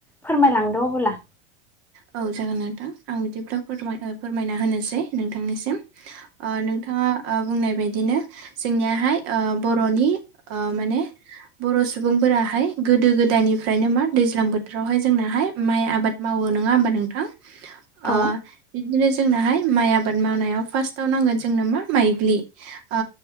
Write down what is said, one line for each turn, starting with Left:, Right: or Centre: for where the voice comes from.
Centre: फोरमायलांदो अबोला।
Right: औ जागोन नोंथां आं बिदिब्ला फोरथाय फोरमाय फोरमायना होनोसै नोंथांनिसिम। ओ नोंथाङा ओ बुंनाय बायदिनो। जोंनियाहाय ओ बर'नि ओ माने बर' सुबुंफोराहाय गोदो गोदायनिफ्रायनो मा दैज्लां बोथोरावहाय जोंनाहाय माइ आबाद मा वो नङा होमबा नोंथां ओ
Centre: औ
Right: बिदिनो जोंनोहाय माइ आबाद मावनायाव फार्स्टाव नांगोन जोंनो मा माइग्लि ओ